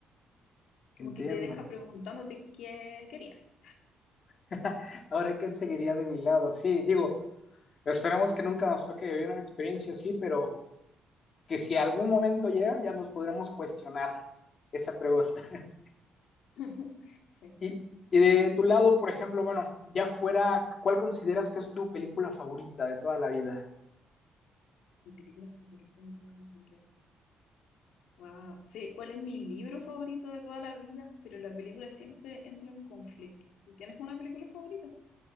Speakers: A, on the left; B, on the left.
A: Como
B: Entiendo.
A: que te deja preguntándote qué querías.
B: <laughs> Ahora, ¿qué seguiría de mi lado? Sí, digo, esperemos que nunca nos toque vivir una experiencia así, pero que
A: Sí,
B: si algún momento llega, ya nos podremos cuestionar esa pregunta. <laughs>
A: <laughs> Sí,
B: Y, y de tu lado, por ejemplo, bueno, ya fuera, ¿cuál consideras que es tu película favorita de toda la vida?
A: mi película favorita de toda la vida. Wow. Sé cuál es mi libro favorito de toda la vida, pero la película siempre entra en conflicto. ¿Tú tienes una película favorita?